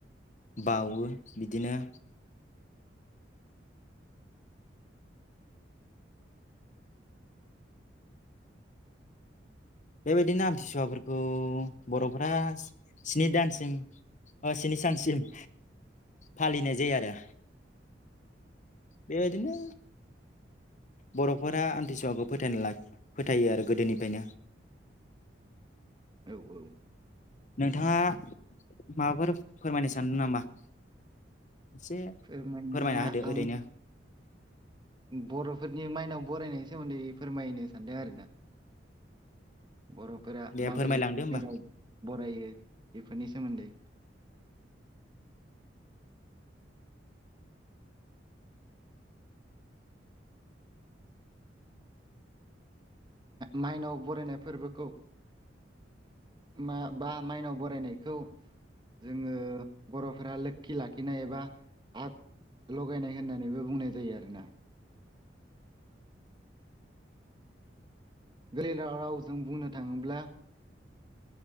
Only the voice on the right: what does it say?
औ औ
फोरमायनाया
आं
बर'फोरनि माइनाव बरायनायनि सोमोन्दै फोरमायनो सानदों आरो ना बर'फोरा
माबोरै
मनाव बरायो बेफोरनि सोमोन्दै माइनाव बरायनाय फोरबोखौ मा बा माइनाव बरायनायखौ जोङो बर'फोरा लोखि लाखिनाय एबा आग लगायनाय होननानैबो बुंनाय जायो आरोना गोलैलाव रावजों बुंनो थाङोब्ला